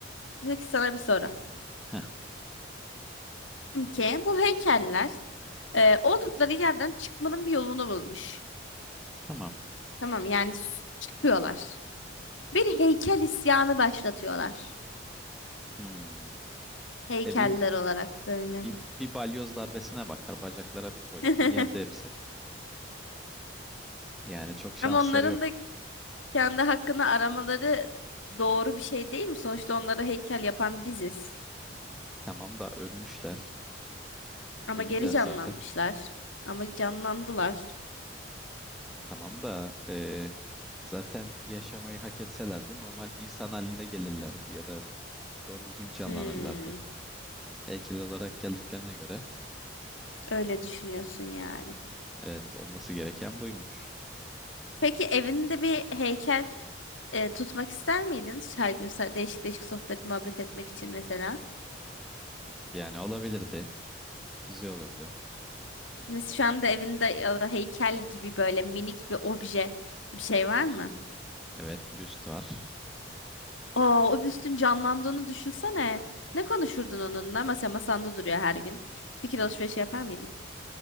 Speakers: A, on the left (about 80°); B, in the centre.
A: Peki sana bir soru.
B: Heh,
A: ki bu heykeller e, oldukları yerden çıkmanın bir yolunu bulmuş.
B: tamam.
A: Tamam yani s- çıkıyorlar. Bir heykel isyanı başlatıyorlar.
B: Hmm.
A: Heykeller
B: E bir,
A: olarak böyle.
B: bir, bir balyoz darbesine bakar bacaklara bir koydun
A: <laughs>
B: mu yerde hepsi. Yani çok şansları
A: Ama onların
B: yok.
A: da kendi hakkını aramaları doğru bir şey değil mi? Sonuçta onlara heykel yapan biziz.
B: Tamam da ölmüşler.
A: Ama
B: Ölüler
A: geri canlanmışlar.
B: zaten.
A: Ama canlandılar.
B: Tamam da eee, zaten yaşamayı hak etselerdi normal insan haline gelirlerdi ya da doğru düzgün canlanırlardı.
A: Hmm,
B: Heykel olarak geldiklerine göre
A: öyle düşünüyorsun yani.
B: evet olması gereken buymuş.
A: Peki evinde bir heykel e, tutmak ister miydin? Her gün sa- değişik değişik sohbet muhabbet etmek için mesela.
B: Yani olabilirdi. Güzel olurdu.
A: Nes- Şu anda evinde ya da heykel gibi böyle minik bir obje bir şey var mı?
B: Evet büst var.
A: Oo, o büstün canlandığını düşünsene. Ne konuşurdun onunla? Mesela masanda duruyor her gün. Fikir alışverişi yapar mıydın?